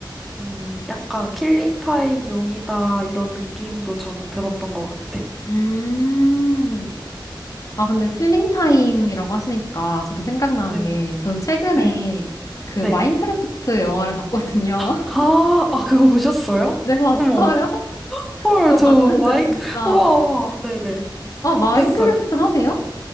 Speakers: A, in the centre; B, on the left.
A: 음, 약간 킬링 타임 용이다, 이런 느낌도 저는 들었던 것 같아.
B: 음. 아, 근데
A: 음,
B: 킬링 타임이라고 하시니까 저도 생각나는
A: 네,
B: 게 저는 최근에
A: 네,
B: 그
A: 네.
B: 마인크래프트 영화를 봤거든요.
A: 아,
B: <laughs>
A: 아, 그거 보셨어요?
B: 네, 봤어요?
A: 어머.
B: <laughs>
A: 헐,
B: 그거
A: 저
B: 봤는데
A: 마이크,
B: 진짜.
A: <laughs> 우와, 우와. 네네.
B: 아, 마인크래프트
A: 어땠어요?
B: 하세요?